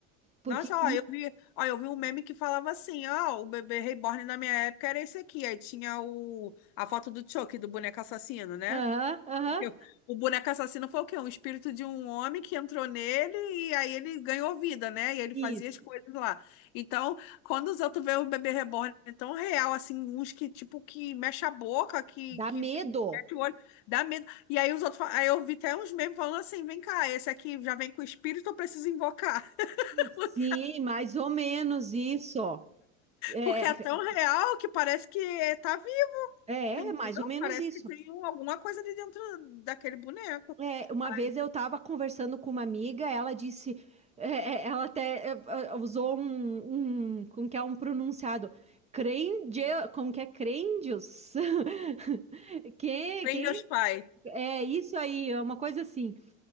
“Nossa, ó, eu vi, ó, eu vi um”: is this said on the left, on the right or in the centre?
Left